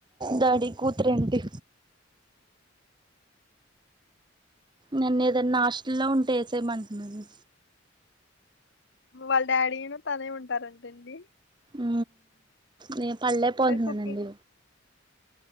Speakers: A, on the right (about 25°); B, on the left (about 60°).
A: డాడి కూతురండి నన్ను ఏదన్నా హాస్టల్ల్లో ఉంటే వేసేయమంటుంది అండి
B: వాళ్ళ డాడీను తనే ఉంటారంటండి
A: హు నేను పళ్ళేక పోతున్నానండి
B: మరి కుకింగ్